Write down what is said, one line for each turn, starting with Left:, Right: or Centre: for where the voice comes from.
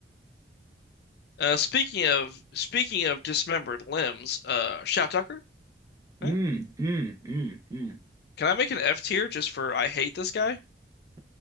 Left: Uh speaking of speaking of dismembered limbs, uh Shout Tucker,
Right: mm,
Left: eh?
Right: mm, mm, mm.
Left: Can I make an F tier just for I hate this guy?
Right: <laughs>